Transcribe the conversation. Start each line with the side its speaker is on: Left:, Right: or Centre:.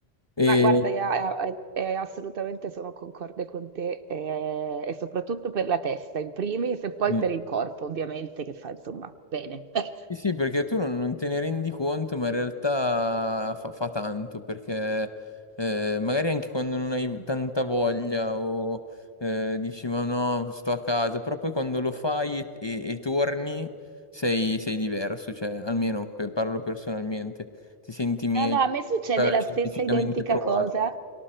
Left: E,
Right: Ma guarda, io, eh, eh, eh, assolutamente sono concorde con te eh, e soprattutto per la testa in primis e poi
Left: Mm.
Right: per il corpo, ovviamente, che fa insomma bene. <laughs>
Left: sì, sì, perché tu non, non te ne rendi conto, ma in realtà fa, fa tanto, perché eh, magari anche quando non hai tanta voglia o eh, dici ma no, sto a casa, però poi quando lo fai e, e- e torni sei, sei diverso, cioè almeno per- parlo personalmente, ti senti meglio,
Right: No, no, a me succede
Left: eh,
Right: la
Left: scientificamente
Right: stessa identica
Left: provato.
Right: cosa.